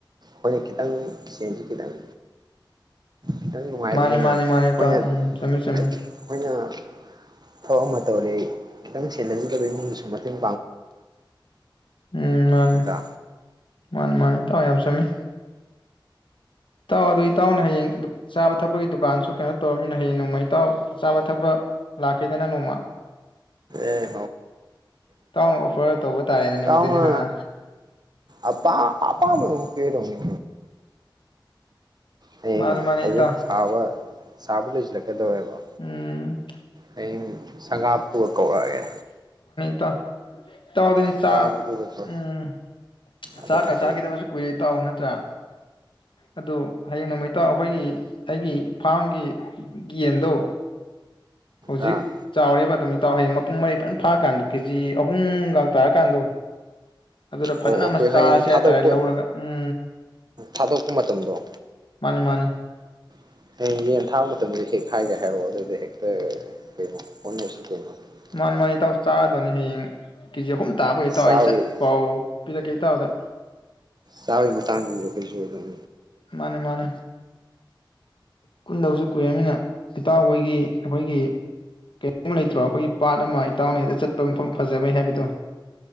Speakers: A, on the right; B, on the left.
A: ꯍꯣꯏꯅꯦ ꯈꯤꯇꯪ ꯁꯦꯟꯖꯦ ꯈꯤꯇꯥꯪ ꯈꯤꯇꯥꯪ ꯅꯨꯪꯉꯥꯏꯕꯅꯤꯅꯥ
B: ꯃꯥꯅꯤ ꯃꯥꯅꯤ
A: ꯑꯩꯈꯣꯌꯅꯥ
B: ꯃꯥꯅꯤ ꯏꯇꯥꯎ ꯎꯝ ꯆꯨꯝꯃꯤ ꯆꯨꯝꯃꯤ
A: ꯍꯥꯏꯗꯤ ꯑꯩꯈꯣꯌꯅꯥ ꯊꯕꯛ ꯑꯃꯥ ꯇꯧꯔꯦ ꯑꯩ ꯈꯤꯇꯥꯪ <inaudible> ꯏꯃꯨꯪꯗꯁꯨ ꯃꯇꯦꯪ
B: ꯎꯝ ꯃꯥꯟꯅꯦ
A: ꯅꯠꯇ꯭ꯔꯥ
B: ꯃꯟꯅꯦ ꯃꯟꯅꯦꯥ ꯏꯇꯥꯎ ꯌꯥꯝ ꯆꯨꯟꯃꯤ ꯏꯇꯥꯎ ꯑꯗꯨꯗꯤ ꯏꯇꯥꯎꯅꯥ ꯍꯌꯦꯪ ꯆꯥꯕꯥ ꯊꯛꯄꯩ ꯗꯨꯀꯥꯟꯁꯨ ꯀꯩꯅꯣ ꯇꯧꯔꯃꯤꯅꯥ ꯍꯌꯦꯪ ꯅꯣꯪꯃꯥ ꯏꯇꯥꯎ ꯆꯥꯕꯥ ꯊꯛꯄꯥ ꯂꯥꯛꯀꯦꯗꯅ ꯅꯣꯪꯃꯥ
A: ꯑꯦ
B: ꯏꯇꯥꯎꯅꯥ ꯑꯣꯐꯔ ꯇꯧꯕ ꯇꯥꯔꯦꯅꯦ ꯅꯨꯃꯤꯠꯇꯨꯗꯤ
A: ꯏꯇꯥꯎꯅꯥ
B: ꯍꯥ ꯍꯥ
A: ꯑꯄꯥꯥꯝ ꯑꯄꯝꯗꯣ ꯄꯤꯔꯗꯧꯅꯤ ꯍꯌꯦꯪ
B: ꯃꯥꯅꯤ ꯃꯥꯅꯤ
A: <inaudible> ꯍꯥꯖꯤꯛ
B: ꯏꯇꯥꯎ
A: ꯁꯥꯕ ꯁꯕꯥ ꯂꯣꯏꯁꯤꯜꯂꯛ ꯀꯩꯗꯧꯑꯦꯕ
B: ꯎꯝ
A: ꯍꯌꯦꯪ ꯁꯪꯒꯕꯗꯨꯒꯥ ꯀꯧꯔꯛꯑꯒꯦ
B: ꯇꯥꯎ ꯏꯇꯥꯎ ꯑꯗꯨꯗꯤ
A: ꯉꯥꯡꯕꯗꯨꯒꯀꯣ
B: ꯆꯥꯛ ꯎꯝ
A: ꯑꯗꯨꯒ
B: ꯆꯥꯛꯀꯥ
A: ꯍꯦꯛ
B: ꯆꯈꯤꯗꯕꯁꯨ ꯀꯨꯏꯔꯦ ꯏꯇꯥꯎ ꯅꯥ ꯇꯔꯥ ꯑꯗꯣ ꯍꯌꯦꯪ ꯅꯣꯪꯃꯥ ꯏ ꯂꯇꯥꯎ ꯑꯩꯈꯣꯏꯒꯤ ꯑꯩꯒꯤ ꯐꯥꯔꯝꯒꯤ ꯌꯦꯟꯗꯣ ꯍꯧꯖꯤꯛ
A: ꯑꯥ
B: ꯆꯥꯎꯔꯦ ꯃꯇꯝ <inaudible> ꯏꯇꯥꯎ ꯍꯌꯦꯪ ꯃꯄꯨꯪ ꯃꯔꯩ ꯐꯖꯅꯥ ꯐꯔꯥ ꯀꯥꯟꯗꯣ ꯀꯦ ꯖꯤ ꯑꯍꯨꯝꯒꯥ ꯇꯔꯥ ꯀꯟꯗꯣ ꯑꯗꯨꯗ ꯐꯖꯅꯥ
A: ꯑꯣ ꯑꯣꯀꯦ
B: ꯑꯃꯥ ꯆꯥꯔꯁꯤ
A: ꯍꯌꯦꯡ ꯊꯥꯗꯣꯛꯄ
B: ꯍꯥꯏꯇꯥꯔꯦ ꯂꯧꯔꯒꯥ ꯎꯝ
A: ꯊꯥꯗꯣꯛꯄ ꯃꯇꯝꯗꯣ
B: ꯃꯥꯅꯤ ꯃꯥꯅꯤ
A: ꯍꯌꯣ ꯀꯩꯅꯣ ꯑ ꯀꯩꯅꯣ꯫
B: ꯃꯅꯤ ꯃꯅꯤ ꯆꯔꯗꯕꯅꯤ ꯍꯌꯦꯡ ꯀꯦꯒ ꯑꯍꯨꯝ ꯇꯕꯔ ꯏꯇꯥꯎ
A: ꯆꯥꯕꯩ
B: ꯑꯩ ꯆꯠꯞ ꯄꯥꯎ ꯄꯣꯔꯛꯀꯦ ꯏꯇꯎꯗ
A: ꯆꯕꯒꯤ ꯃꯇꯥꯡꯗ ꯑꯈꯣꯏꯁꯨ ꯑꯝ
B: ꯃꯅꯦ ꯃꯅꯦ ꯄꯟꯗꯕꯁꯨ ꯀꯨꯏꯔꯕꯅꯤꯅ ꯏꯇꯎ ꯍꯣꯏꯒꯤ ꯑꯩꯍꯣꯌꯒꯤ ꯀꯔꯤꯝ ꯂꯩꯇꯔꯣ ꯄꯠ ꯑꯃ ꯏꯇꯎꯅ ꯍꯦꯛꯇꯥ ꯆꯠꯄ ꯃꯐꯝꯕꯥꯏ ꯍꯥꯏꯕꯁꯤꯕꯗꯣ